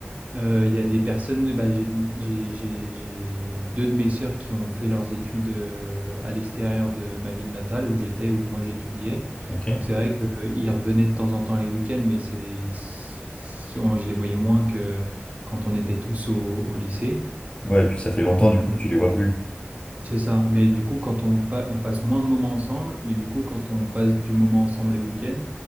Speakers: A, on the right; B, on the left.
A: Euh, Il y a des personnes, bah, j'ai j'ai- j'ai- j'ai deux de mes sœurs qui ont fait leurs études euh, à l'extérieur de ma ville natale où j'étais, où moi j'étudiais.
B: Ok.
A: Donc c'est vrai qu'ils revenaient de temps en temps les week-ends, mais c'est, c'est- on- je les voyais moins que quand on était tous au, au lycée.
B: Ouais, et puis ça fait longtemps du
A: Euh,
B: coup que tu les vois plus.
A: c'est ça. Mais du coup, quand on, pa- on passe moins de moments ensemble, mais du coup, quand on passe du moment ensemble les week-ends,